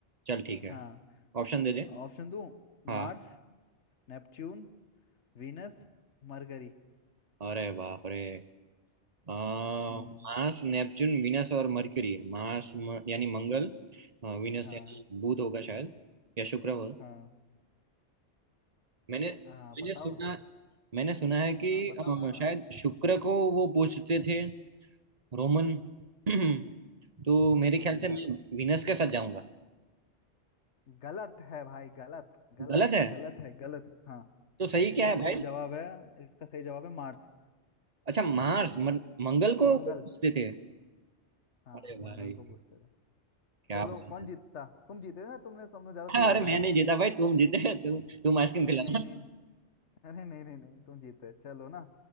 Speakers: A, on the right; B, on the left.
A: चल ठीक है
B: हाँ
A: ऑप्शन दे दे
B: ऑप्शन दूं
A: हाँ
B: मार्स नेपच्यून वीनस मरकरी
A: अरे बाप रे अ, मार्स
B: हम्म
A: नेपच्यून वीनस और मर्क्यूरी मार्स म, यानी मंगल अ, वीनस
B: हाँ
A: यानी बुध होगा शायद या शुक्र हो
B: हाँ
A: मैंने
B: हाँ
A: मैंने
B: बताओ
A: सुना मैंने सुना है कि
B: आप बताओ
A: अ,
B: ना ना
A: शायद शुक्र को वो पूछते थे रोमन <clears throat> तो मेरे ख्याल
B: अब यार
A: से मैं वीनस के साथ जाऊंगा
B: गलत है भाई गलत गलत
A: गलत है
B: गलत है गलत हाँ
A: तो सही
B: इसका
A: क्या है
B: सही
A: भाई
B: जवाब है इसका सही जवाब है मार्स
A: अच्छा मार्स मन- मंगल को
B: मंगल
A: वो पूछते थे
B: हाँ
A: अरे
B: मंगल
A: भाई
B: को पूछते थे
A: क्या
B: चलो
A: बात
B: कौन जीतता तुम जीते ना तुमने तुमने ज्यादा सही
A: है
B: बताया
A: अरे मैं नहीं
B: है।
A: जीता भाई तुम जीते तुम तुम आइसक्रीम
B: अरे
A: खिला
B: नहीं नहीं नहीं अरे नहीं नहीं नहीं तुम जीते चलो ना